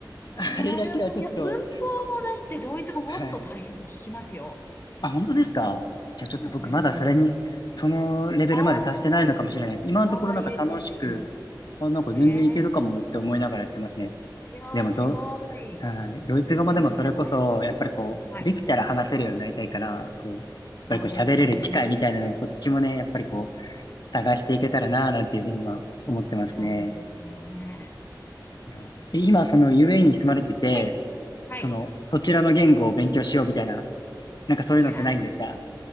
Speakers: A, on the left; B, on the left.
A: あれだけはちょっと、
B: なるほど。いや、文法もだってドイツ語もっと大変って聞きますよ。
A: はい。あ、本当ですかじゃあちょっと僕まだそれに、
B: そうなんですよ。
A: そのレベルまで達してないのかもしれないです。
B: ああ、
A: 今のところなんか楽しく、
B: ああ、いやいやいやいや。
A: あ、なんか全然いけるかもって思いながらやってますね。
B: へえ。いやー、
A: でもど、
B: すごい。
A: はい。
B: い
A: ドイツ語もでもそれこそ、
B: や、でもじゃない。
A: やっぱりこう、
B: はい。
A: できたら話せるようになりたいから、こう、やっぱりこう喋れる機会みたいなのをそっちもね、
B: そうですよね。
A: やっぱりこう、探していけたらな、なんていうふうに今思ってますね。
B: そうですよね。
A: いや、で今、その UAE に住まれてて、
B: はい。はい。
A: その、そちらの言語を勉強しようみたいな、なんかそういうのってないんですか
B: いやー、